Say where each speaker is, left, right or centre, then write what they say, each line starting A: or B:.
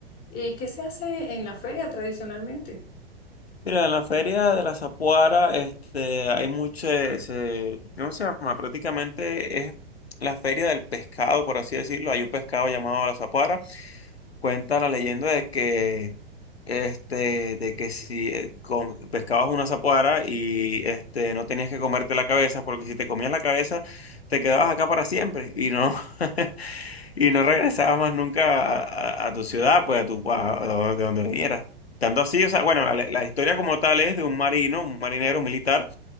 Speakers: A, on the left; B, on the left.
A: eh, ¿qué se hace en la feria tradicionalmente?
B: Mira, en la feria de la Zapuara, este, hay mucho, ese- ¿cómo se llama? Prácticamente es la feria del pescado, por así decirlo. Hay un pescado llamado la Zapuara. Cuenta la leyenda de que, este, de que si eh, com- pescabas una zapuara y, este, no tenías que comerte la cabeza, porque si te comías la cabeza, te quedabas acá para siempre. Y no, <laughs> Y no regresabas más nunca a, a- a tu ciudad, pues a tu a- a donde, de donde vinieras. Tanto así, o sea, bueno, la, la historia como tal es de un marino, un marinero, un militar,